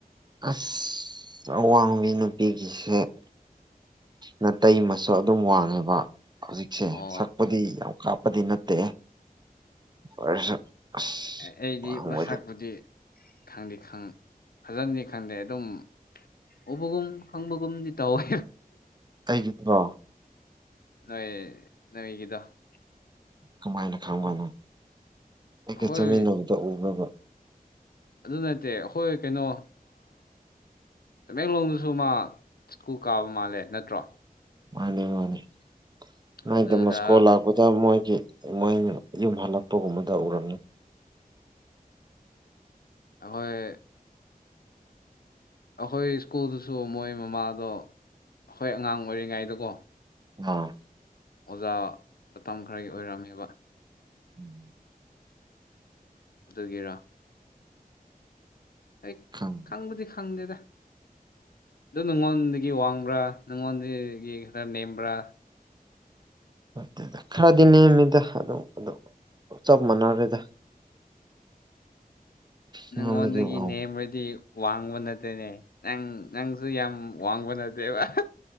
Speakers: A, on the right; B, on the left.
A: ꯑꯁ ꯑꯋꯥꯡꯕꯤ ꯅꯨꯄꯤꯒꯤꯁꯦ ꯑ ꯇꯇꯩꯃꯁꯨ ꯑꯗꯨꯝ ꯋꯥꯡꯉꯦꯕ ꯍꯧꯖꯤꯛꯁꯦ
B: ꯑꯣ
A: ꯁꯛꯄꯗꯤ ꯌꯥꯝ ꯀꯥꯞꯄꯗꯤ ꯅꯠꯇꯦ ꯑꯣꯏꯔꯁꯨ ꯑꯁ
B: ꯑꯩꯗꯤ
A: ꯋꯥꯡꯕꯗꯤ
B: ꯃꯁꯛꯄꯨꯗꯤ ꯈꯪꯗꯦ ꯐꯖꯅꯤ ꯈꯪꯗꯦ ꯑꯗꯨꯝ ꯎꯕꯒꯨꯝ ꯈꯪꯕꯒꯨꯝꯗꯤ ꯇꯧꯋꯦ
A: ꯑꯩꯒꯤꯗꯣ
B: ꯅꯣꯏ ꯅꯣꯏꯒꯤꯗꯣ
A: ꯀꯃꯥꯏꯅ ꯈꯪꯕꯅꯣ
B: ꯑꯩꯈꯣꯏ
A: ꯑꯩꯒ ꯆꯥꯃꯤꯟꯅꯕꯗ ꯎ꯭ꯔꯕ
B: ꯑꯗꯨ ꯅꯠꯇꯦ ꯑꯩꯈꯣꯏ ꯀꯩꯅꯣ ꯇꯃꯦꯡꯂꯣꯡꯗꯁꯨ ꯃꯥ ꯁ꯭ꯀꯨꯜ ꯀꯥꯕ ꯃꯥꯜꯂꯦ ꯅꯠꯇ꯭ꯔꯣ
A: ꯃꯥꯅꯤ ꯃꯥꯅꯤ ꯅꯥꯏꯗꯃꯁꯀꯣꯜ
B: ꯑꯗꯨꯗ
A: ꯂ ꯗ ꯃꯣꯏꯒꯤ ꯃꯣꯏꯅ ꯌꯨꯝ ꯍꯜꯂꯛꯄꯒꯨꯝꯕꯗ ꯎꯔꯝꯃꯤ
B: ꯑꯩꯈꯣꯏ ꯑꯩꯈꯣꯏ ꯁ꯭ꯀꯨꯜꯗꯨꯁꯨ ꯃꯣꯏ ꯃꯃꯥꯗꯣ ꯑꯩꯈꯣꯏ ꯑꯉꯥꯡ ꯑꯣꯏꯔꯤꯉꯩꯗꯀꯣ
A: ꯑꯥ
B: ꯑꯣꯖꯥ ꯃꯇꯝ ꯈꯔꯒꯤ ꯑꯣꯏꯔꯝꯃꯦꯕ
A: ꯎꯝ
B: ꯑꯗꯨꯒꯤꯔꯥ ꯑꯩ
A: ꯈꯪ
B: ꯈꯪꯕꯗꯤ ꯈꯪꯗꯦꯗ ꯑꯗꯨ ꯅꯉꯣꯟꯗꯒꯤ ꯋꯥꯡꯕ꯭ꯔꯥ ꯅꯪꯉꯣꯟꯗꯒꯤ ꯈꯔ ꯅꯦꯝꯕ꯭ꯔꯥ
A: ꯅꯦꯗ ꯈꯔꯗꯤ ꯅꯦꯝꯃꯤꯗ ꯑꯗꯨꯝ ꯑꯗꯨ ꯆꯞ ꯃꯥꯟꯅꯔꯦꯗ
B: ꯅꯪꯉꯣꯟꯗꯒꯤ
A: ꯅꯉꯣꯟꯗꯒꯤ ꯋꯥꯡꯕ
B: ꯅꯦꯝ꯭ꯔꯗꯤ ꯋꯥꯡꯕ ꯅꯠꯇꯦꯅꯦ ꯅꯪ ꯅꯪ ꯁꯨ ꯌꯥꯝ ꯋꯥꯡꯕ ꯅꯠꯇꯦꯕ